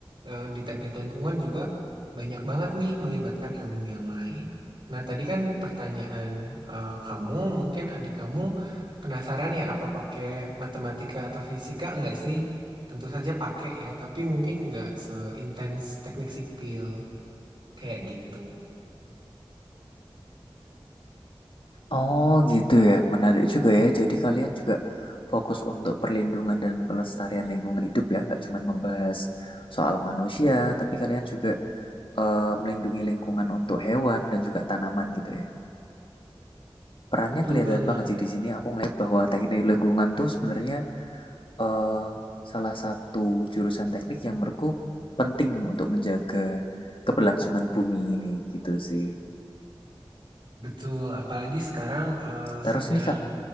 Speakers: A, on the right; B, on the left.
A: eh, di teknik lingkungan juga banyak banget nih melibatkan ilmu yang lain. Nah, tadi kan pertanyaan eh, kamu, mungkin adik kamu penasaran ya apa pakai matematika atau fisika enggak sih? tentu saja pakai ya, tapi mungkin nggak seintens teknik sipil kayak gitu.
B: Oh, gitu ya. Menarik juga ya. Jadi kalian juga fokus untuk perlindungan dan pelestarian lingkungan hidup ya, nggak cuma membahas soal manusia, tapi kalian juga eh, melindungi lingkungan untuk hewan dan juga tanaman gitu ya. Perannya
A: Betul
B: kelihatan
A: banget,
B: banget sih di sini. Aku ngeliat bahwa teknik lingkungan tuh sebenarnya eh, salah satu jurusan teknik yang menurutku penting untuk menjaga keberlangsungan bumi ini gitu sih.
A: betul. Apalagi sekarang eh,
B: Terus
A: sedang
B: nih Kak,